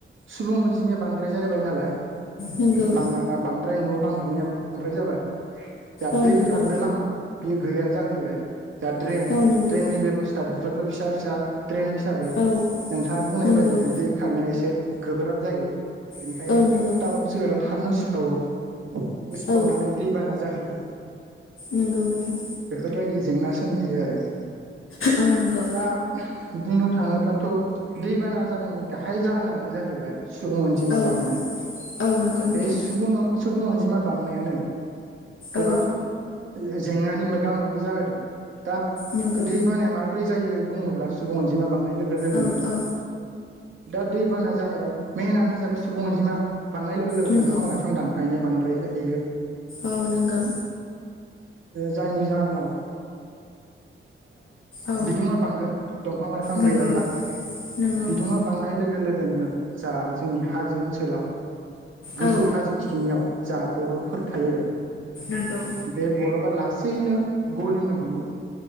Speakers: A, on the right; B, on the left.
A: सुबुं अनजिमाया बांद्राय जायाबाय नालाय
B: नंगौ
A: लामा। बांद्राय न' बां लुनायाबो बांद्राय जाबाय जाहा
B: औ
A: दै
B: नंगौ
A: खारनो लामा बे गैया जाहैबाय जहा ड्रेन
B: औ नंगौ
A: ड्रेननि बेब'स्था बेफोरबो फिसा फिसा ट्रेन हिसाबै
B: औ
A: नोंथाङा बुंनाय
B: नंगौ
A: बायदिनो दै खारनो एसे गोब्राब जायो बेनिखायनो
B: औ नंगौ
A: टाउन सोहोरा थाबनो उसिफावो उसिफावनानै
B: औ
A: दैबाना जाहैयो
B: नोंगौ नोंथां
A: बेफोरबायदि जेंना सोमजियो आरो
B: औ नोंगौ
A: दा बुंनो थाङोब्लाथ' दैबाना जानायनि गाहाय जाहोनानो जाहैबाय सुबुं अनजिमा
B: औ
A: बांनाय
B: औ नंगौ नोंथां
A: बे सुबुं अनजिमा बांनायानो गोबां
B: औ
A: जेंनानि मोगा मोगि जाहोदों दा
B: नंगौ
A: दै बानाया मा बोरै जायो बुङोब्ला सुबुं अनजिमा बांनाय लोगो लोगोनो
B: औ औ
A: दा दैबाना जानायाव मेनानो जाबाय सुबुं अनजिमा बांनाय लोगो लोगो
B: नंगौ
A: दं फां दानफायनाया बांद्राय जायो
B: औ नोंगौ
A: जायनि जाहोनाव
B: औ
A: बिदुङा बांगोन दंफां लाइफां
B: नंगौ
A: गैयाब्ला
B: नंगौ
A: बिदुङा बांनाय लोगो लोगोनो जा जोंनि हाजो ओनसोलाव गोजौ
B: औ
A: हाजो थिनियाव जा बर'फोर थायो
B: नंगौ
A: बे बरफा लासैनो गलिनो हमो